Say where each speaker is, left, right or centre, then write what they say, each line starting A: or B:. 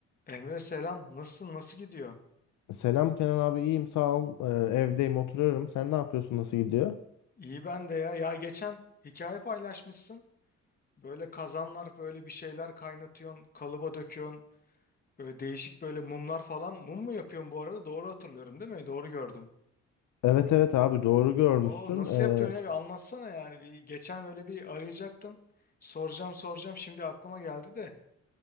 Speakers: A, on the left (about 30°); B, on the left (about 75°).
A: Emre selam. Nasılsın? Nasıl gidiyor?
B: Selam Kenan abi iyiyim sağ ol. Ee, evdeyim oturuyorum. Sen ne yapıyorsun? Nasıl gidiyor?
A: İyi ben de ya. Ya geçen hikaye paylaşmışsın. Böyle kazanlar böyle bir şeyler kaynatıyorsun, kalıba döküyorsun. Böyle değişik böyle mumlar falan. Mum mu yapıyorsun bu arada? Doğru hatırlıyorum değil mi? Doğru gördüm.
B: Evet evet abi doğru görmüşsün.
A: Oo nasıl
B: Ee,
A: yapıyorsun ya? Bir anlatsana yani. Bir, geçen böyle bir arayacaktım. Soracağım soracağım. Şimdi aklıma geldi de.